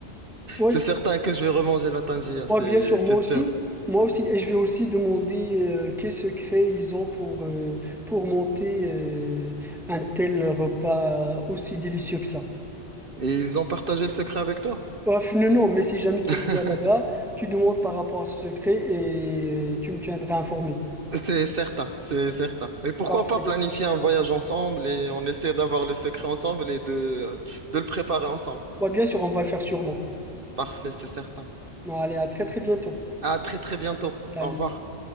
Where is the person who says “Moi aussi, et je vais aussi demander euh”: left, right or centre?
Centre